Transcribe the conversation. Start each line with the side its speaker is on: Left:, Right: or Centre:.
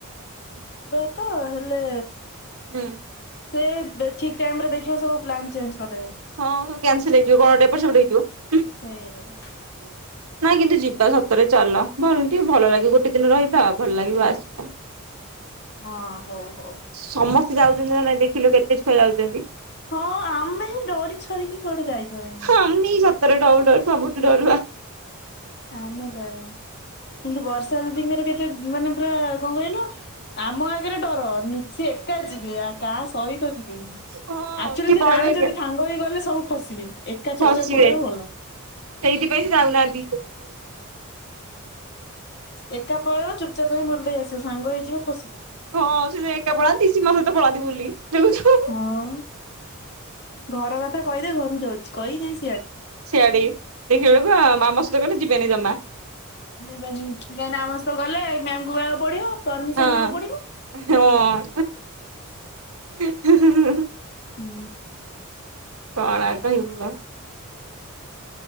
Left: ଯିବା ତ ହେଲେ
Right: ହୁଁ।
Left: ସେ ବେ ଠିକ୍ ଟାଇମ୍ ରେ ଦେଖିବ ସବୁ ପ୍ଲାନ୍ ଚେଞ୍ଜ କରିଦେବେ।
Right: ହଁ ହୋଉ କ୍ୟାନସଲ ହେଇଯିବ କଣ ଗୋଟେ ଏପଟ ସେପଟ ହେଇଥିବ।
Left: ହୁଁ।
Right: ହୁଁ ନାଇଁ କିନ୍ତୁ ଯିବା ସତରେ ଚାଲ ଭଲ ଟିକେ ଭଲ ଲାଗିବ ଗୋଟେ ଦିନ ରହିବା ଆଉ ଭଲ ଲାଗିବ ଆସିବା।
Left: ହଁ ହଉ। ହଉ।
Right: ସମସ୍ତେ ଯାଉଛନ୍ତି ନା ନାଇଁ ଦେଖିଲୁ କେତେ ଛୁଆ ଯାଉଛନ୍ତି।
Left: ହଁ ଆମେ ହିଁ ଡରି ଛରିକି କୁଆଡେ ଯାଇପାରୁନେ।
Right: ଆମେ ଡରୁ ଡରୁ ସବୁ ଡରୁଆ।
Left: ଆମ <unintelligible> କିନ୍ତୁ ବର୍ଷା ଦିଦିଙ୍କର କେତେ ମାନେ ପୁରା କଣ କହିଲ ଆମ ଆଗରେ ଡର ନିଜେ ଏକା ଯିବେ ଆ କାହା ସହିତ ଯିବେନି।
Right: ହଁ
Left: ଆକ୍ଚୁଆଲି
Right: ସିଏ
Left: ସେ
Right: ପଳେଇବେ
Left: ଜାଣିଛନ୍ତି
Right: ଏକା
Left: ସାଙ୍ଗ ହେଇ ଗଲେ ସବୁ ଫସିବେ ଏକା
Right: ଫସିବେ
Left: ଚୁପଚାପ ପଳେଇବେ ଭଲ।
Right: ସେଇଥିପାଇଁ ସେ ଯାଉନାହାନ୍ତି।
Left: ଏକା ପଳେଇବ ଚୁପଚାପ୍ ଜାଇ ବୁଲି ଦେଇ ଆସିବ, ସାଙ୍ଗ ହେଇଯିବ ଫଶିବ।
Right: ହଁ ସେ ଏକେ ପଳାନ୍ତି ସୀମା ସହିତ ପଳାନ୍ତି ବୋଲି ଦେଖୁଛ।
Left: ହଁ ଘର କଥା କହିଦେ ଘରୁକୁ ଯାଉଛି କହି <unintelligible>
Right: ସିଆଡେ ଦେଖିବା ବେଳକୁ ମାମା ସହିତ କହିଲେ ଯିବେନି ଜମା।
Left: କାଇଁକିନା ଆମ ସହିତ ଗଲେ ମ୍ୟାମକୁ କହିବାକୁ ପଡିବ। ପରମିସନ
Right: ହଁ
Left: ନେବାକୁ ପଡିବ।
Right: ହଁ <inaudible>
Left: ହୁଁ।
Right: କଣ କହିବୁ ଆଉ?